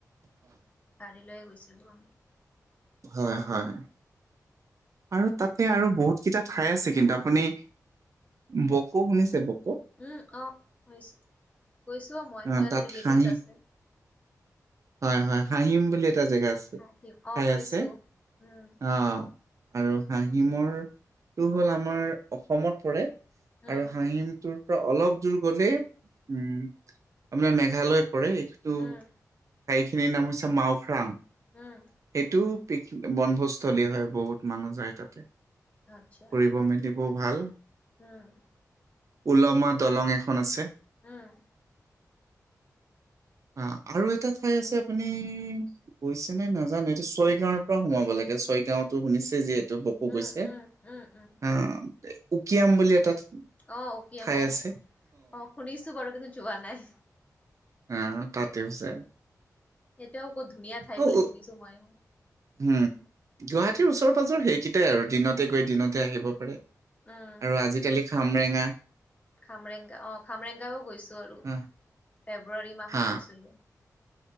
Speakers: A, on the left (about 20°); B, on the right (about 55°).
A: গাড়ী লয়ে গৈছিলো আমি।
B: হয় হয়। আৰু তাতে আৰু বহুত কেইটা ঠাই আছে কিন্তু আপুনি বকো শুনিছে বক
A: উ অ শুনিছোঁ গৈছোও মই
B: অ,
A: মোৰ
B: তাত
A: তাতে ৰিলেটিভছ
B: হাঁহি
A: আছে।
B: হয় হয় হাঁহিম বুলি এটা জেগা আছে,
A: হাঁহি অ
B: ঠাই
A: শুনিছো
B: আছে
A: উম
B: অ। আৰু হাঁহিমৰটো হ'ল আমাৰ অসমত পৰে আৰু
A: উম
B: হাঁহিমটোৰ অলপ দূৰ গ'লে উম আপোনাৰ মেঘালয় পৰে এইটো
A: উম
B: সেইখিনিৰ নাম হৈছে মাওখ্ৰাম।
A: উম।
B: সেইটো পিক বনভোজস্থলী হয় বহুত মানুহ যায় তাতে
A: আচ্ছা
B: ফুৰিব মেলিব। ব ভাল
A: উম।
B: উলমা দলং এখন আছে।
A: উম।
B: অ আৰু এটা ঠাই আছে আপুনি গৈছেনে ন জানো এইটো ছয় গাঁৱৰ পৰাও সোমাব লাগে, ছয় গাঁওতো শুনিছে যিহেতু
A: উম
B: গৈছে।
A: উম উম উম
B: আহ উকিয়াম বুলি এটা
A: অ উকিম
B: ঠাই
A: অ,
B: আছে
A: অ শুনিছো বাৰু কিন্তু যোৱা নাই।
B: আহ তাতেও যায়।
A: সেইটোও ক'ত ধুনীয়া ঠাই
B: অ
A: বুলি
B: উ-
A: শুনিছো মইও।
B: উম গুৱাহাটীৰ ওচৰ পাজৰ সেইকেইটাই আৰু দিনতে গৈ দিনতে আহিব পাৰে।
A: উম
B: আৰু আজিকালি খামৰেঙা।
A: খামৰেংগা অ, খামৰেংগাও গৈছো আৰু ফেব্ৰুৱাৰী
B: আহ,
A: মাহত
B: হা
A: হৈছিলো।